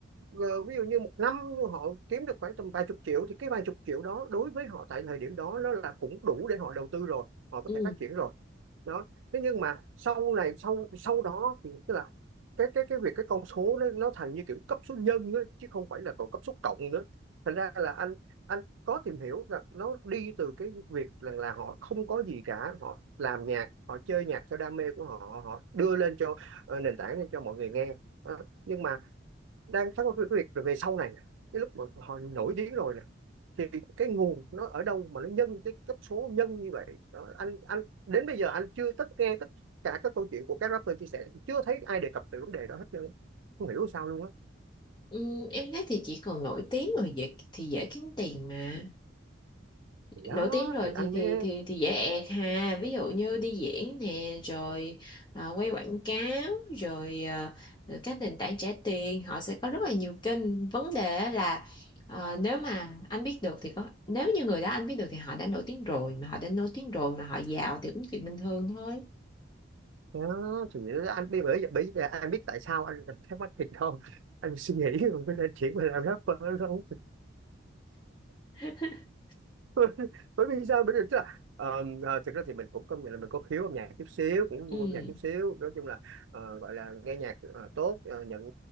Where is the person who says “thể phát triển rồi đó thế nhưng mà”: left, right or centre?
Right